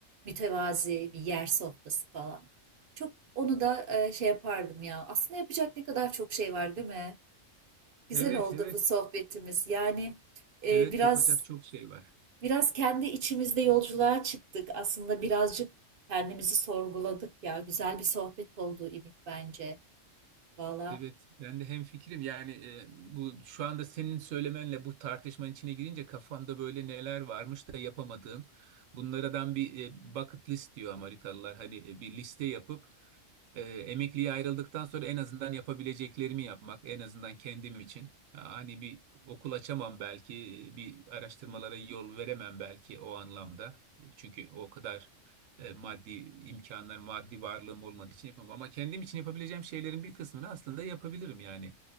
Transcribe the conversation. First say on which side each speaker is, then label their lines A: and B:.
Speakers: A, on the right; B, on the right.
A: mütevazi bir yer sofrası falan. Çok onu da e, şey yapardım ya. Aslında yapacak ne kadar çok şey var değil mi? Güzel
B: Evet
A: oldu
B: evet
A: bu sohbetimiz. Yani e,
B: evet
A: biraz
B: yapacak çok şey var.
A: biraz kendi içimizde yolculuğa çıktık. Aslında birazcık kendimizi sorguladık ya. Güzel bir sohbet oldu İmit bence. Valla
B: Evet, ben de hemfikirim. Yani e, bu şu anda senin söylemenle bu tartışmanın içine girince kafamda böyle neler varmış da yapamadığım. Bunlardan bir e, bucket list diyor Amerikalılar. Hani e, bir liste yapıp e, emekliye ayrıldıktan sonra en azından yapabileceklerimi yapmak, en azından kendim için. Hani bir okul açamam belki, e, bir araştırmalara yol veremem belki o anlamda. E, Çünkü o kadar e, maddi imkanlar, maddi varlığım olmadığı için yapamam. Ama kendim için yapabileceğim şeylerin bir kısmını aslında yapabilirim yani